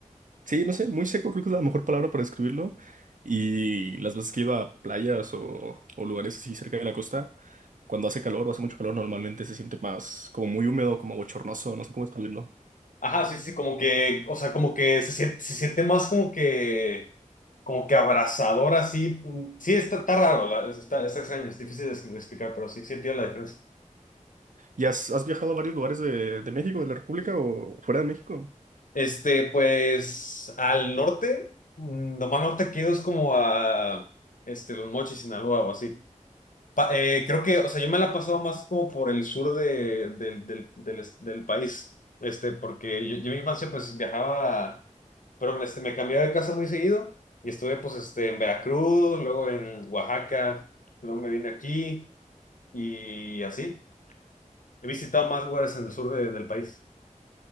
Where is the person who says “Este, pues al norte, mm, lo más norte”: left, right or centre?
Left